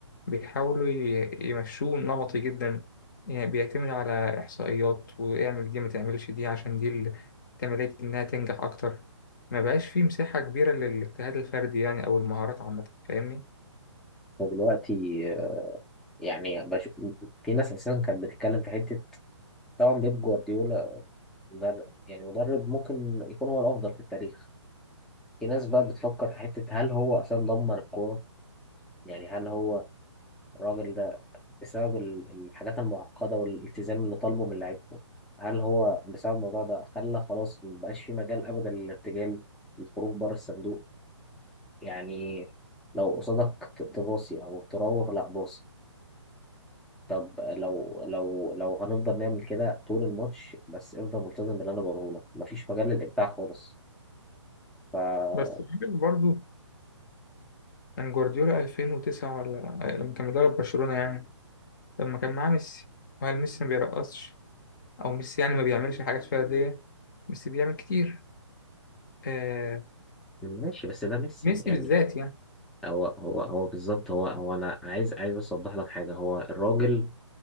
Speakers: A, on the left; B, in the centre.
A: بيحاولوا ي- يمشوه نمطي جدا يعني بيعتمد على إحصائيات واعمل دي ما تعملش دي عشان دي ال- احتمالية إنها تنجح أكتر ما بقاش فيه مساحة كبيرة للاجتهاد الفردي يعني أو المهارات عامة فاهمني؟
B: فدلوقتي آه، يعني بش... في ناس اساسا كانت بتتكلم في حته طبعا بيب جوارديولا مدرب يعني مدرب ممكن يكون هو الافضل في التاريخ في ناس بقى بتفكر في حته هل هو اساسا دمر الكوره يعني هل هو الراجل ده بسبب ال- الحاجات المعقده والالتزام اللي طالبه من لعيبته هل هو بسبب الموضوع ده خلى خلاص مبقاش في مجال ابدا للارتجال للخروج بره الصندوق يعني لو قصادك ت- تباصي او تراوغ لا باصي طب لو لو لو هنفضل نعمل كده طول الماتش بس افضل ملتزم باللي انا بقوله لك مفيش مجال للابداع خالص ف
A: بس برضه كان جوارديولا 2009 ولا لما كان مدرب برشلونة يعني لما كان معاه ميسي وهل ميسي ما بيرقصش أو ميسي يعني ما بيعملش حاجات فردية ميسي بيعمل كتير آه
B: ماشي بس ده ميسي
A: ميسي
B: يعني
A: بالذات يعني
B: هو هو هو بالظبط هو هو انا عايز عايز بس اوضح لك حاجه هو الراجل